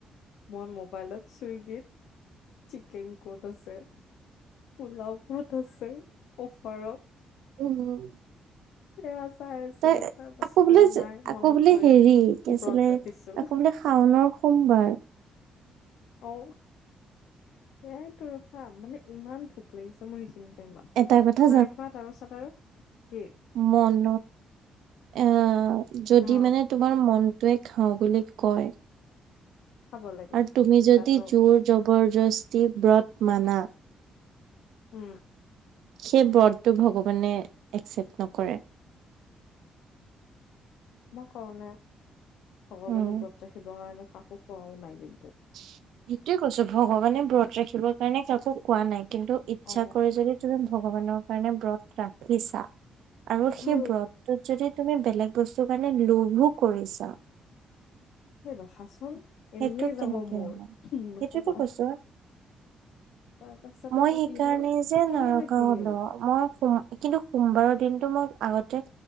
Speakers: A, on the left; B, on the right.
A: মই মোবাইলত চুইগিত চিকেন কোড আছে। পোলাও কত আছে। ওচৰত
B: উম,
A: চয়া চাই আছিলো
B: তই
A: তাৰ পাছত
B: আকৌ বোলে
A: আৰু নাই মনত
B: আকৌ বোলে
A: পৰিল
B: হেৰি কি আছিলে
A: ব্ৰত ৰাখিছো
B: আকৌ বোলে শাওনৰ সোমবাৰ
A: অ সেয়াই ত ৰখাম মানে ইমান ভোক ভয় লাগিছে মোৰ সেইখিনি টাইমত
B: এটা কথা
A: নাই খোৱা তাৰপাছত আৰু কি
B: মন এ যদি
A: অ
B: মানে তোমাৰ মনটোৱে খাওঁ বুলি কয়
A: খাব লাগে
B: আৰু তুমি যদি
A: জানো
B: জোৰ জবৰদস্তি ব্ৰত মানা
A: উম
B: সেই ব্ৰতটো ভগৱানে একচেপ্ট নকৰে
A: মই কওঁ ন ভগৱানে
B: উম,
A: ব্ৰত ৰাখিবৰ কাৰণে কাকো খোৱাও নাই কিন্তু
B: সেইটোয়ে কৈছো ভগৱানে ব্ৰত ৰাখিবৰ কাৰণে কাকো কোৱা নাই কিন্তু ইচ্ছা
A: অ
B: কৰি যদি তুমি ভগৱানৰ কাৰণে ব্ৰত ৰাখিছা আৰু
A: হু
B: সেই ব্ৰতটোত যদি তুমি বেলেগ বস্তু কাৰণে লোভো কৰিছা
A: সেই ৰখাচোন এনেই
B: সেইটো
A: যাব
B: কেনেকে
A: মোৰ
B: হল
A: নকবা
B: সেইটোয়েতো কৈছো
A: তাৰ পাছত
B: মই
A: আকৌ
B: সেইকাৰণে
A: কি হ'ল
B: যে
A: টোপনি
B: নাৰাখো
A: লাগিল
B: হলো মই ম কিন্তু সোমবাৰৰ দিনটোত মই আগতে